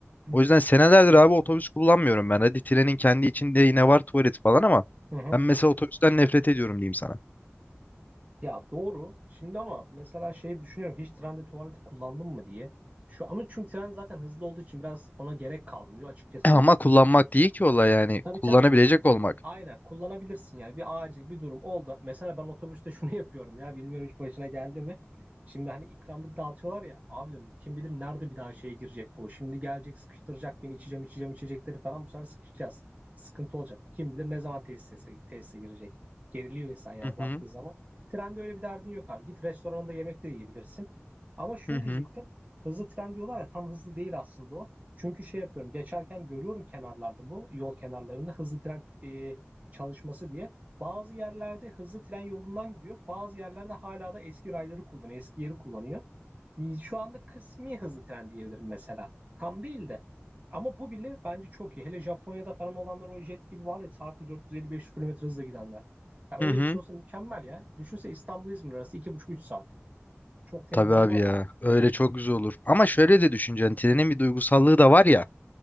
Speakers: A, on the right; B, on the left.
A: Hmm.
B: O yüzden senelerdir abi otobüs kullanmıyorum ben. Hadi trenin kendi içinde yine var tuvalet falan ama
A: Hı hı.
B: ben mesela otobüsten nefret ediyorum diyeyim sana.
A: Ya doğru. Şimdi ama mesela şey düşünüyorum. Hiç trende tuvaleti kullandın mı diye. Şu ama çünkü tren zaten hızlı olduğu için biraz ona gerek kalmıyor açıkçası.
B: <clears throat> Ama kullanmak değil ki olay yani.
A: Tabii
B: Kullanabilecek
A: tabii.
B: olmak.
A: Aynen kullanabilirsin yani bir acil bir durum oldu. Mesela ben otobüste şunu <laughs> yapıyorum ya bilmiyorum hiç başına geldi mi? Şimdi hani ikramlık dağıtıyorlar ya abi diyorum kim bilir nerede bir daha şeye girecek bu. Şimdi gelecek sıkıştıracak beni içeceğim içeceğim içecekleri falan bu sefer sıkışacağız. Sıkıntı olacak. Kim bilir ne zaman tesise, tesise girecek. Geriliyor insan yani
B: Hı
A: baktığı
B: hı
A: zaman. Trende öyle bir derdin yok abi. Git restoranında yemek de yiyebilirsin. Ama şunu
B: hı hı
A: diyecektim. Hızlı tren diyorlar ya tam hızlı değil aslında o. Çünkü şey yapıyorum geçerken görüyorum kenarlarda bu yol kenarlarında hızlı tren e, çalışması diye. Bazı yerlerde hızlı tren yolundan gidiyor. Bazı yerlerde hala da eski rayları kullanıyor. Eski yeri kullanıyor. E, Şu anda kısmi hızlı tren diyebilirim mesela. Tam değil de. Ama bu bile bence çok iyi. Hele Japonya'da falan olanlar o jet gibi var ya saatte 450-500 kilometre hızla gidenler. Ya öyle
B: hı hı.
A: bir şey olsa mükemmel ya. Düşünse İstanbul İzmir arası iki buçuk üç saat. Çok temiz
B: Tabii
A: olmaz
B: abi ya.
A: mı?
B: Öyle çok güzel olur. Ama şöyle de düşüneceksin. Trenin bir duygusallığı da var ya.